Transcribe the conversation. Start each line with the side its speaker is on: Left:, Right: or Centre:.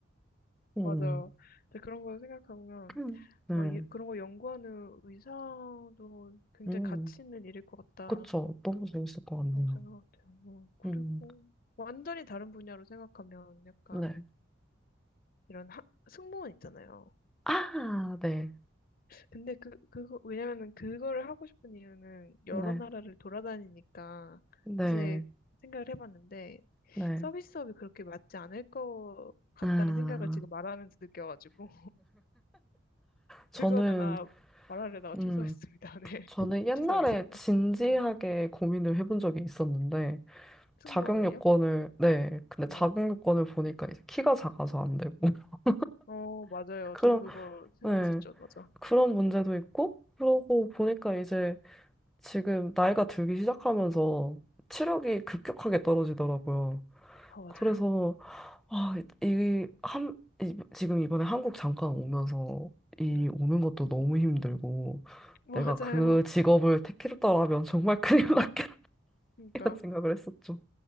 Centre: 음,
Left: 맞아. 근데 그런 걸 생각해보면,
Centre: 음, 네,
Left: 어, 이- 그런 거 연구하는 의사도 굉장히
Centre: 음,
Left: 가치 있는 일일 것 같다라고
Centre: 그쵸. 너무 재밌을 것 같네요.
Left: 생각해요. 어, 그리고
Centre: 음,
Left: 완전히 다른 분야로 생각하면 약간
Centre: 네.
Left: 이런 하, 승무원 있잖아요.
Centre: 아, 네.
Left: 근데 그, 그거, 왜냐면은 그거를 하고 싶은 이유는 여러
Centre: 네.
Left: 나라를 돌아다니니까
Centre: 네.
Left: 사실 생각을 해봤는데
Centre: 네.
Left: 서비스업이 그렇게 맞지 않을 것 같다는
Centre: 아,
Left: 생각을 지금 말하면서 느껴가지고.
Centre: 저는,
Left: 그거는 아 말하려다가
Centre: 음,
Left: 취소했습니다. <laughs> 네,
Centre: 저는 옛날에
Left: 취소하겠습니다.
Centre: 진지하게
Left: 음.
Centre: 고민을 해본 적이 있었는데,
Left: 승무원을요?
Centre: 자격 요건을, 네. 근데
Left: 네.
Centre: 자격 요건을 보니까 이제 키가 작아서 안 되고, <laughs>
Left: 어 맞아요.
Centre: 그런,
Left: 저도 그거 생각했었죠.
Centre: 네.
Left: 맞아.
Centre: 그런 문제도 있고, 그러고 보니까 이제 지금 나이가 들기 시작하면서 체력이 급격하게 떨어지더라고요.
Left: 아 맞아요.
Centre: 그래서 아, 이, 한, 이- 지금 이번에 한국 잠깐 오면서 이
Left: 네,
Centre: 오는 것도 너무 힘들고
Left: <laughs> 맞아요.
Centre: 내가 그 직업을 택했더라면 정말 <laughs> 큰일 났겠다는
Left: 그러니까
Centre: 생각을 했었죠.